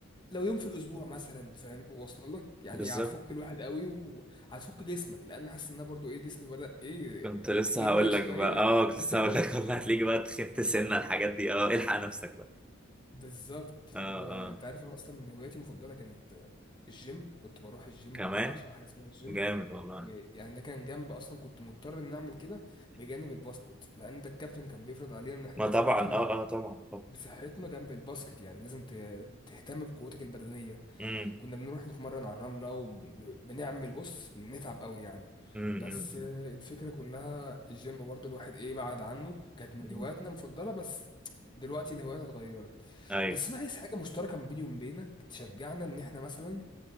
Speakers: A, on the left; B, in the centre.
A: لو يوم في الاسبوع مثلا فاهم واصله لك يعني
B: بالظبط
A: هتفك الواحد قوي وهتفك جسمك لان حاسس ان أنا برضو ايه جسمي بدأ ايه
B: كنت لسه
A: يملى
B: هقول
A: شويه
B: لك بقى اه كنت لسه هقول
A: <laughs>
B: لك والله هتلاقيك بقى تخنت سنة الحاجات دي اه الحق نفسك بقى
A: بالظبط
B: اه
A: وانت
B: اه
A: عارف انا اصلا من هواياتي المفضله كانت آه، الجيم كنت بروح الجيم
B: كمان
A: كنت بعشق حاجه اسمها الجيم
B: جامد والله
A: يعني ده كان جنب اصلا كنت مضطر ان اعمل كده بجانب الباسكت لان ده الكابتن كان بيفرض علينا ان احنا
B: ما
A: لازم
B: طبعا
A: نهتم
B: اه اه طبعا طبعا
A: بصحتنا جنب الباسكت يعني لازم ت- تهتم بقوتك البدنية
B: امم
A: كنا بنروح نتمرن على الرملة وبنعمل بص بنتعب قوي يعني
B: امم
A: بس
B: امم
A: آه، الفكرة كلها الجيم برضه الواحد ايه بعد عنه كانت من
B: أمم.
A: هواياتنا المفضلة بس دلوقتي الهوايات اتغيرت
B: ايوه
A: بس انا عايز حاجة مشتركة ما بيني وما بينك تشجعنا ان احنا مثلا